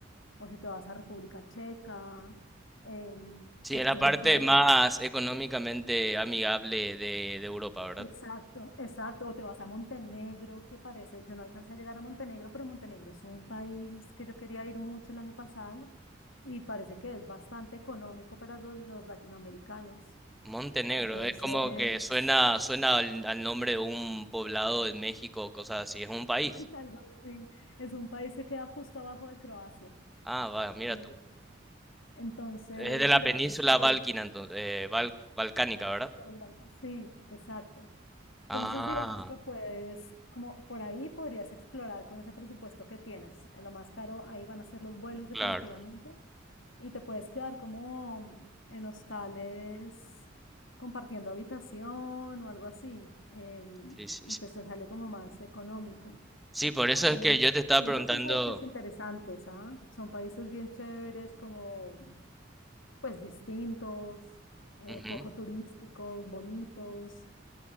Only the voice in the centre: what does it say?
Sí,
es la
parte
más económicamente amigable de, de Europa, ¿verdad?
Montenegro,
es como que suena, suena al, al nombre de un poblado en México, cosas así, es un país.
Ah, va, mira
tú.
Es de la
península
balcana, entonces, eh, bal- balcánica, ¿verdad?
Ah,
claro.
Sí, sí,
sí.
Sí, por eso
es que yo te estaba
preguntando.
ujú.